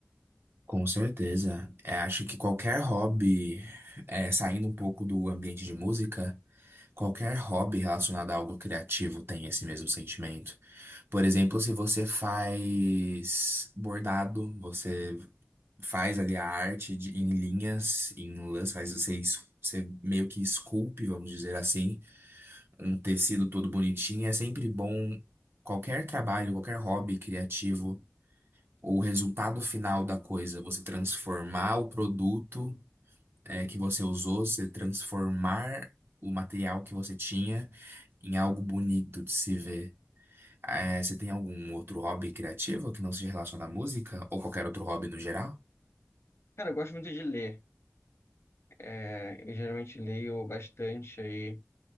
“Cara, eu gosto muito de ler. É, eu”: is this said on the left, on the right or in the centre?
Left